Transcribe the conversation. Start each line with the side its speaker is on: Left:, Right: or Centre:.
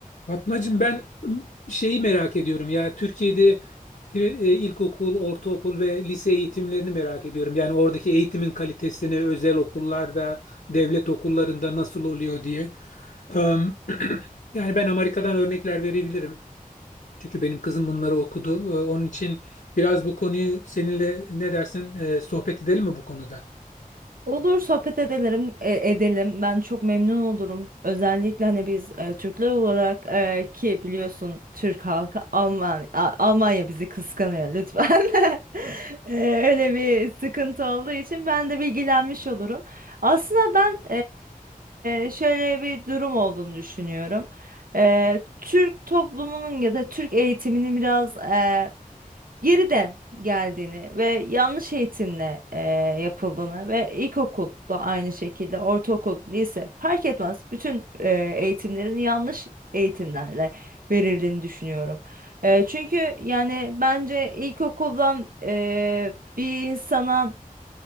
Left: Fatmacığım ben şeyi merak ediyorum ya Türkiye'de pri- e, ilkokul, ortaokul ve lise eğitimlerini merak ediyorum. Yani oradaki eğitimin kalitesini özel okullarda, devlet okullarında nasıl oluyor diye. Em, <clears throat> yani ben Amerika'dan örnekler verebilirim. Çünkü benim kızım bunları okudu. E, Onun için biraz bu konuyu seninle ne dersin e, sohbet edelim mi bu konuda?
Right: Olur sohbet edelim, e, edelim. Ben çok memnun olurum. Özellikle hani biz e, Türkler olarak e, ki biliyorsun Türk halkı Alman A- Almanya bizi kıskanıyor lütfen. <laughs> E, öyle bir sıkıntı olduğu için ben de bilgilenmiş olurum. Aslında ben e, şöyle bir durum olduğunu düşünüyorum. E, Türk toplumunun ya da Türk eğitiminin biraz e, geriden geldiğini ve yanlış eğitimle e, yapıldığını ve ilkokul da aynı şekilde ortaokul, lise fark etmez bütün e, eğitimlerin yanlış eğitimlerle verildiğini düşünüyorum. E, çünkü yani bence ilkokuldan e, bir insana